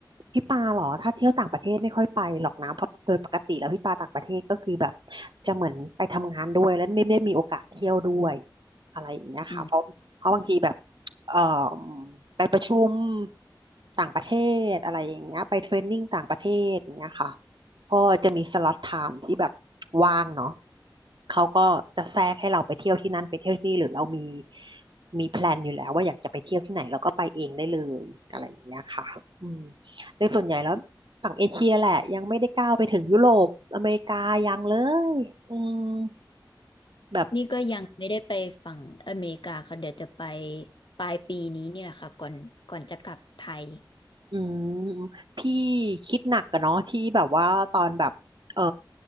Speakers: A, on the right; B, on the left.
A: พี่ปาเหรอถ้าเที่ยวต่างประเทศไม่ค่อยไปหรอกนะเพราะโดยปกติแล้วพี่ปาต่างประเทศก็คือแบบจะเหมือนไปทำงานด้วยแล้วไม่ได้มีโอกาสเที่ยวด้วยอะไรอย่างเงี้ยค่ะเพราะเพราะบางทีแบบ
B: อืม
A: เอ่อไปประชุมต่างประเทศอะไรอย่างเงี้ยไปเทรนนิ่งต่างประเทศอย่างเงี้ยค่ะก็จะมีสล็อตไทม์ที่แบบว่างเนาะเขาก็จะแทรกให้เราไปเที่ยวที่นั่นไปเที่ยวที่นี่หรือเรามีมีแพลนอยู่แล้วว่าอยากจะไปเที่ยวที่ไหนเราก็ไปเองได้เลยอะไรอย่างเงี้ยค่ะอืม ในส่วนใหญ่แล้วฝั่งเอเชียแหละยังไม่ได้ก้าวไปถึงยุโรปอเมริกายังเลยอืมแบบ
B: นี่ก็ยังไม่ได้ไปฝั่งอเมริกาค่ะเดี๋ยวจะไปปลายปีนี้นี่แหละค่ะก่อนก่อนจะกลับไทย
A: อืมพี่คิดหนักอะเนาะที่แบบว่าตอนแบบเออ